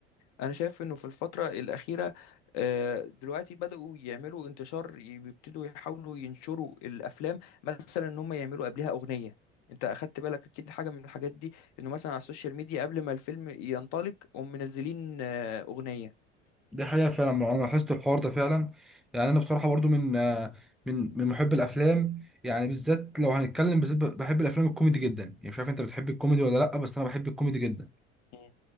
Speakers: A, on the left; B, in the centre.
A: انا شايف انه في الفتره الاخيره آه، دلوقتي بداوا يعملوا انتشار يبتدوا يحاولوا ينشروا الافلام مثلا ان هما يعملوا قبلها اغنيه انت اخدت بالك اكيد حاجه من الحاجات دي انه مثلا على السوشيال ميديا قبل ما الفيلم ينطلق هم منزلين آه، اغنيه
B: دي حقيقة فعلا ما انا لاحظت الحوار ده فعلا يعني انا بصراحة برضو من آه، من من محب الافلام يعني بالذات لو هنتكلم بالذات بحب الافلام الكوميدي جدا يعني مش عارف انت بتحب الكوميدي ولا لا بس انا بحب الكوميدي جدا
A: مم.